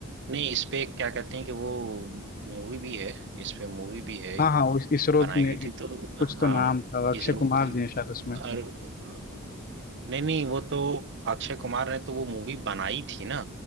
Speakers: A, on the right; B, on the left.
A: नहीं इस पे क्या कहते हैं कि वो मूवी भी है इस पे मूवी भी है
B: हाँ हाँ उस इसरो
A: बनाई
B: ने
A: गई थी
B: कुछ
A: तो हाँ
B: तो नाम था अक्षय
A: इसरो
B: कुमार
A: की
B: जी हैं शायद उसमें
A: और नहीं नहीं वो तो अक्षय कुमार ने तो वो मूवी बनाई थी ना